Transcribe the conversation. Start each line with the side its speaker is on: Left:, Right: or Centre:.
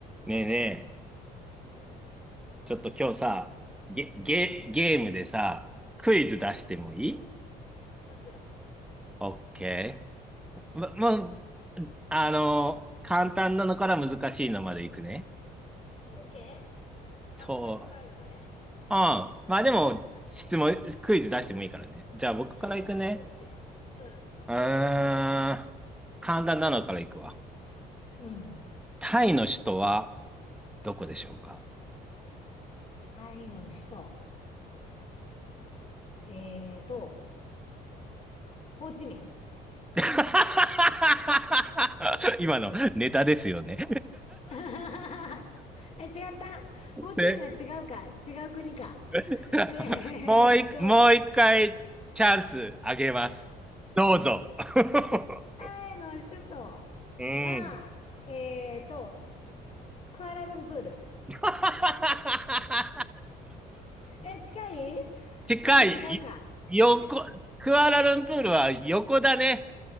Centre: ねえねえ、
Left: うん、
Centre: ちょっと今日さ、ゲ、ゲ、
Left: うん、
Centre: ゲームでさ、クイズ出してもいい
Left: うん、もちろん。
Centre: オッケー。ま、もう、あの、簡単なのから難しいのまでいくね。
Left: OK? 私は答えるのね。
Centre: そう。うん。まあでも、
Left: OK。
Centre: 質問、クイズ出してもいいからね。じゃあ僕からいくね。
Left: <laughs> OK。うん。
Centre: うーん。簡単なのからいくわ。
Left: うん。
Centre: タイの首都はどこでしょうか
Left: タイの首都。えーと、ホーチミン。
Centre: <laughs> 今のネタですよね
Left: <laughs> え、違った。ホーチミンは違うか。
Centre: せ
Left: 違う国か。
Centre: <laughs>
Left: えーっと、
Centre: もうい、もう一回チャンスあげます。どうぞ。<laughs>
Left: タイの首都
Centre: うん。
Left: は、えーっと、クアラルンプール。
Centre: <laughs>
Left: え、近い
Centre: 近い、
Left: なんか違うか。
Centre: い
Left: え
Centre: 横、クアラルンプールは横だね。